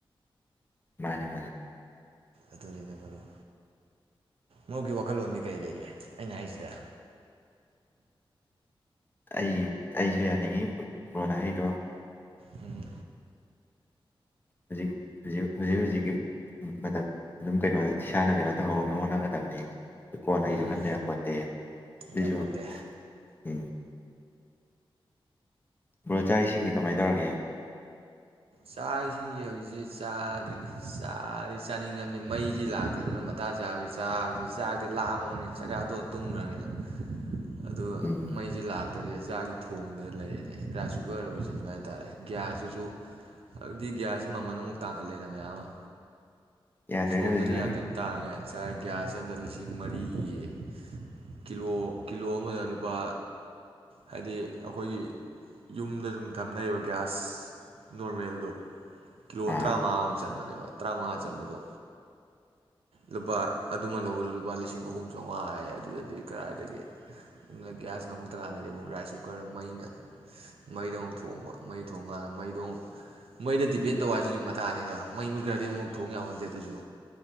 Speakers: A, on the left (about 20°); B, on the right (about 85°).
A: ꯃꯥꯅꯦ ꯃꯥꯅꯦ
B: ꯑꯗꯨꯅꯤꯅ ꯃꯔꯨꯞ ꯃꯣꯏꯒꯤ ꯋꯥꯈꯜꯂꯣꯟꯗꯤ ꯀꯔꯤ ꯂꯩꯒꯦ ꯑꯩꯅ ꯍꯥꯏꯁꯤꯗ
A: ꯑꯩ ꯑꯩꯁꯨ ꯌꯥꯅꯤꯡꯉꯤ ꯕ꯭ꯔꯣꯅ ꯍꯥꯏꯗꯣ
B: ꯎꯝ
A: ꯍꯧꯖꯤꯛ ꯍꯧꯖꯤꯛ ꯍꯧꯖꯤꯛ ꯍꯧꯖꯤꯛꯀꯤ ꯃꯇꯝ ꯑꯗꯨꯝ ꯀꯩꯅꯣ ꯏꯁꯥꯅ ꯀꯩꯅꯣ ꯇꯧꯍꯧꯅꯕ ꯍꯣꯠꯅꯒꯗꯕꯅꯤ ꯀꯣꯟꯅꯩꯁꯨ
B: ꯎꯝ
A: ꯈꯟꯗ ꯌꯥꯄꯣꯠꯇꯦ ꯑꯗꯨꯏꯁꯨ
B: ꯌꯥꯄꯣꯟꯇꯦ
A: ꯎꯝ ꯕ꯭ꯔꯣ ꯆꯥꯛ ꯏꯁꯤꯡꯗꯤ ꯀꯃꯥꯏ ꯇꯧꯔꯒꯦ
B: ꯆꯥꯛ ꯏꯁꯤꯡꯁꯦ ꯍꯧꯖꯤꯛꯁꯤ ꯆꯥꯗ꯭ꯔꯤꯗ ꯆꯥꯗꯤ ꯆꯥꯅꯤꯡꯉꯕꯅꯤ ꯃꯩꯁꯤ ꯂꯥꯛꯇꯗꯅ ꯃꯊꯥ ꯁꯥꯕꯒꯤ ꯆꯥꯛꯁꯤ ꯆꯥꯛꯇꯤ ꯂꯥꯝꯃꯝꯅꯤ ꯆꯥꯛꯆꯥ ꯇꯣꯛꯑꯒ ꯇꯨꯡꯒ꯭ꯔꯒꯦꯅ ꯑꯗꯣ
A: ꯎꯝ
B: ꯃꯩꯁꯦ ꯂꯥꯛꯇꯕꯤ <unintelligible> ꯆꯥꯛꯁꯤ ꯊꯣꯡꯗ ꯂꯩꯔꯤꯅꯦ ꯔꯥꯏꯁ ꯀꯨꯛꯀꯔ ꯑꯣꯏꯁꯤꯟꯕ ꯍꯥꯏꯇꯥꯔꯦ ꯒ꯭ꯌꯥꯁꯇꯨꯁꯨ ꯍꯧꯖꯤꯛꯇꯤ ꯒ꯭ꯌꯥꯁꯁꯤ ꯃꯃꯜ ꯑꯃꯨꯛ ꯇꯥꯡꯈꯠꯂꯦꯅ ꯃꯌꯥꯝ ꯑꯃ
A: ꯌꯥꯗ꯭ꯔꯦꯅꯦ
B: ꯁꯣꯝꯗꯗꯤ
A: ꯍꯧꯖꯤꯛꯀꯥꯟ
B: ꯌꯥꯝ ꯊꯤꯅ ꯇꯥꯡꯉꯦ ꯆꯥꯏ ꯒ꯭ꯌꯥꯁ ꯑꯃꯗ ꯂꯤꯁꯤꯡ ꯃꯔꯤ ꯑꯌꯦ ꯀꯤꯂꯣ ꯀꯤꯂꯣ ꯑꯃꯗ ꯂꯨꯄꯥ ꯍꯥꯏꯗꯤ ꯑꯩꯈꯣꯏꯒꯤ ꯌꯨꯝꯗ ꯁꯨꯝ ꯊꯝꯅꯔꯤꯕ ꯒ꯭ꯌꯥꯁ ꯅꯣꯔꯃꯦꯜꯗꯣ ꯀꯤꯂꯣ
A: ꯑꯥ
B: ꯇꯔꯥꯃꯉꯥꯃꯨꯛ ꯆꯟꯕꯅꯤ <unintelligible> ꯇꯔꯥꯃꯉꯥ ꯆꯟꯕꯗꯣ ꯂꯨꯄꯥ ꯑꯗꯨꯃ ꯂꯧꯕꯗ ꯂꯨꯄꯥ ꯂꯤꯁꯤꯡ ꯑꯍꯨꯝ ꯆꯥꯝꯉꯥ ꯍꯥꯏꯌꯦ ꯑꯗꯨꯗꯗꯤ ꯀꯔꯥꯏꯗꯒꯤ <unintelligible> ꯒꯌꯥ꯭ꯁ ꯉꯃꯛꯇꯀꯥꯟꯗꯗꯤ ꯑꯃꯨꯛ ꯔꯥꯏꯁ ꯀꯨꯀꯔ ꯀꯨꯀꯔꯗ ꯃꯩꯅ ꯃꯩꯗꯣ ꯑꯃꯨꯛ ꯊꯣꯡꯕ ꯃꯩ ꯊꯣꯡꯀꯥꯟꯗ ꯃꯩꯗꯣ ꯑꯃꯨꯛ ꯃꯩꯗ ꯗꯤꯄꯦꯟ ꯇꯧꯕ ꯍꯥꯏꯁꯤꯁꯨ ꯃꯊꯥꯅꯤꯗꯣ ꯃꯩ ꯃꯨꯠꯈ꯭ꯔꯗꯤ ꯑꯃꯨꯛ ꯊꯣꯡ ꯌꯥꯄꯣꯟꯇꯦ ꯑꯗꯨꯁꯨ